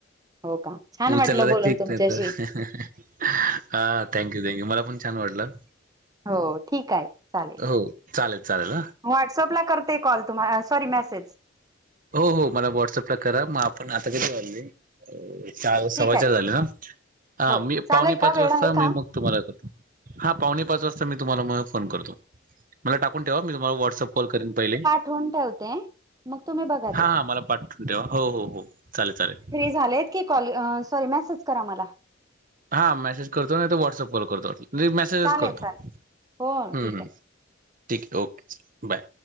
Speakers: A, on the right; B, on the right.
A: हो का छान
B: उचललं
A: वाटलं बोलून
B: तर ठीक
A: तुमच्याशी
B: नाही तर हा थँक मला पण छान वाटलं
A: हो ठीक आहे चालेल
B: हो चालेल चालेल
A: व्हॉट्सअप ला करते कॉल तुम्हाला सॉरी मेसेज
B: हो हो मला व्हॉट्सअपला करा मग आपण आता कधी वाजले चार सव्वाचार
A: ठीक आहे
B: झाले ना हा
A: हो
B: मी
A: चालेल
B: पावणे
A: का
B: पाच
A: वेळ
B: वाजता
A: आहे का
B: मी मग तुम्हाला करतो हा पावणे पाच वाजता मी तुम्हाला म फोन करतो मला टाकून ठेवा मी तुम्हाला वॉटसअप कॉल करीन पहिले
A: फोन ठेवते मग तुम्ही बघा
B: हा
A: ते
B: हा मला पाठवून ठेवा हो हो हो चालेल चालेल
A: झाले की कॉल सॉरी मेसेज करा मला
B: हा मेसेज करतो नाही तर व्हॉट्सअप कॉल करतो मेसेजच
A: चालेल
B: करतो
A: चालेल
B: हम्म
A: हो ठीक
B: हम्म
A: आहे
B: ठीक आहे ओके बाय